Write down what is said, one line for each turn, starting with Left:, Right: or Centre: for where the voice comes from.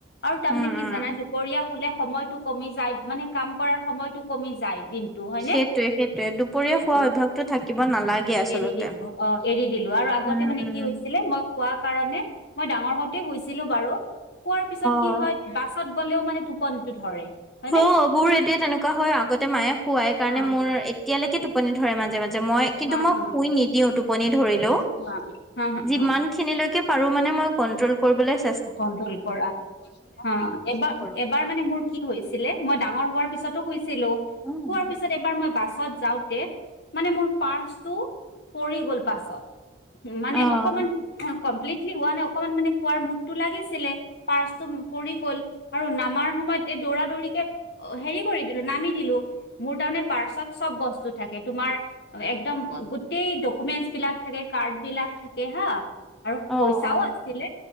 Left: আৰু তাৰমানে
Centre: উম,
Left: কি
Centre: উম,
Left: জানাই পৰিয়া হলে সময়টো কমি যায়, মানে কাম কৰাৰ সময়টো কমি যায় দিন টো হয় নে
Centre: সেইটোয়ে সেইটোয়ে দুপৰীয়া খোৱা
Left: টো
Centre: অভ্যাসটো থাকিব নালাগে আচলতে।
Left: এৰি দিলো অ, এৰি দিলো আৰু আগতে
Centre: উম,
Left: মানে
Centre: উম।
Left: কি হৈছিলে মই কোৱা কাৰণে মই ডাঙৰ হওতে শুইছিলো বাৰু, শুৱাৰ পিছত কি
Centre: অ'।
Left: হয় বাছত গ'লেও মানে টোপনিটো ধৰে। হয়নে
Centre: হ' বোৰ এইদৰে তেনেকুৱা হয়, আগতে মায়ে শুৱাই কাৰণে
Left: হা
Centre: মোৰ এতিয়ালৈকে টোপনি ধৰে মাজে-মাজে। যে মই কিন্তু
Left: হা
Centre: মই
Left: হা
Centre: শুই নিদিও টোপনি ধৰিলেও,
Left: হা হা
Centre: যিমান
Left: হা
Centre: খিনিলৈকে পাৰোঁ মানে মই কণ্ট্ৰল কৰিবলে চে
Left: কণ্ট্ৰল কৰা হা এবাৰ-এবাৰ
Centre: কৰো।
Left: মানে মোৰ কি হৈছিলে মই ডাঙৰ হোৱাৰ পিছতো শুইছিলো
Centre: অ',
Left: শুৱাৰ পিছত এবাৰ মই বাচ হত যাওঁতে মানে মোৰ পাৰ্চটো পৰি গল পাছত মানে
Centre: অ',
Left: অকণমান কমপ্লিটলি হোৱা নাই, অকণমান মানে কোৱাৰ মুডটো লাগিছিলে। পাৰ্চটো ম-পৰি গ'ল আৰু নামাৰ সময়ত এই দৌৰা-দৌৰিকে হেৰি কৰি দিলো নামি দিলো। মোৰ তাৰমানে পাৰ্চত চব বস্তু থাকে, তোমাৰ একদম গোটেই ডকুমেন্চ বিলাক থাকে, কাৰ্ড বিলাক থাকে হা আৰু পইচাও
Centre: অ', অ'।
Left: আছিলে